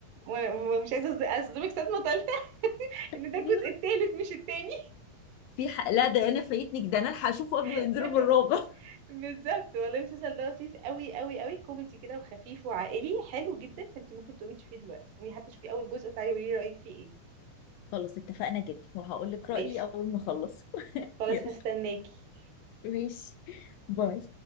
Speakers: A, on the right (about 75°); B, on the left (about 80°).
A: و- ومش عايزه أصد- اصدمك صدمه ثالثه <laughs>
B: <laughs>
A: ان ده
B: ايوه
A: الجزء الثالث مش الثاني
B: في حق لا ده انا فايتني ده انا الحق اشوفه قبل ما
A: <laughs>
B: ينزلوا بالرابع
A: بالظبط والله المسلسل ده لطيف قوي قوي قوي كوميدي كده وخفيف وعائلي حلو جدا فانت ممكن تقومي تشوفيه دلوقتي قومي حتى تشوفي اول جزء وتعالي قولي لي رايك فيه ايه
B: <laughs> خلاص اتفقنا جدا وهقول لك
A: ماشي
B: رايي اول ما اخلص <laughs>
A: خلاص
B: يلا
A: هستناكي
B: ماشي باي